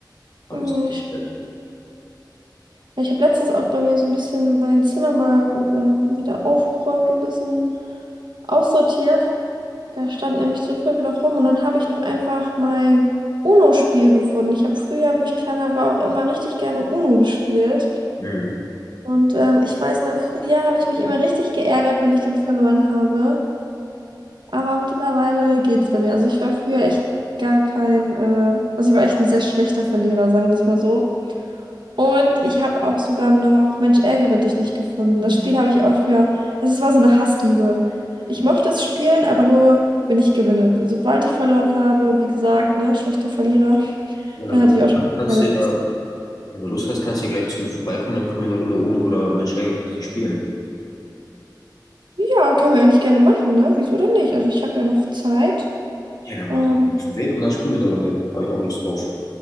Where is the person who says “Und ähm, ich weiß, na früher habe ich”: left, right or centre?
Right